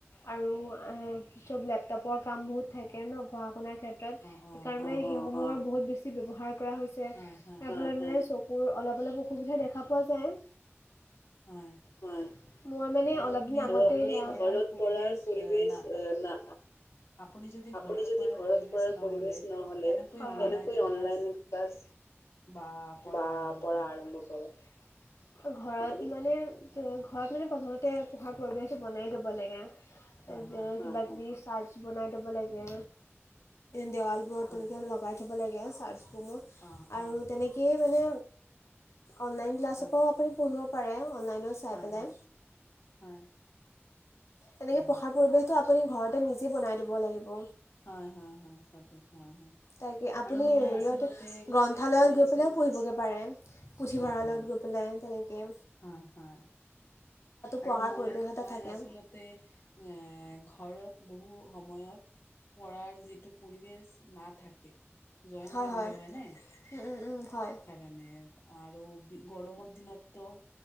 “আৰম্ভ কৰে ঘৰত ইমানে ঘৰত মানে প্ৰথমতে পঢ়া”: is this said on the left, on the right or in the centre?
Left